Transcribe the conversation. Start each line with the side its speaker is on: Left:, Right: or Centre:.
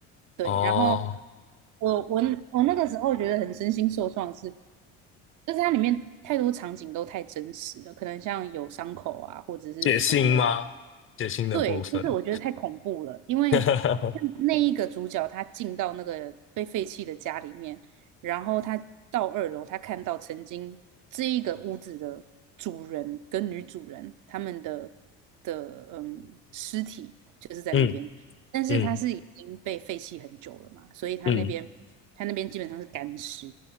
Right: 对，
Left: 哦
Right: 然后我我我那个时候觉得很身心受创是，就是它里面太多场景都太真实了，可能像有伤口啊，或者是说
Left: 血腥吗？血腥的部分，
Right: 对，就是我觉得太恐怖了，因为
Left: <laughs>
Right: 那一个主角他进到那个被废弃的家里面，然后他到二楼，他看到曾经这一个屋子的主人跟女主人他们的的嗯尸体就是在那边，
Left: 嗯
Right: 但是他是已经被废弃很久了嘛，
Left: 嗯。
Right: 所以他那边他那边基本上是干尸，
Left: 嗯，